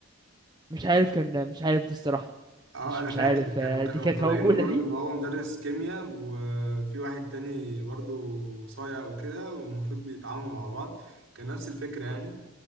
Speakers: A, on the right (about 20°); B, on the right (about 65°).
A: مش عارف كان مش عارف دي الصراحه
B: اه
A: مش
B: انا
A: مش
B: فاكر
A: عارف
B: كانوا
A: آه،
B: كانوا
A: دي كانت
B: مطلعينه
A: موجوده
B: برضو
A: دي
B: ان هو مدرس كيمياء وفي واحد تاني برضو صايع وكده والمفروض بيتعاونوا مع بعض كان نفس الفكرة يعني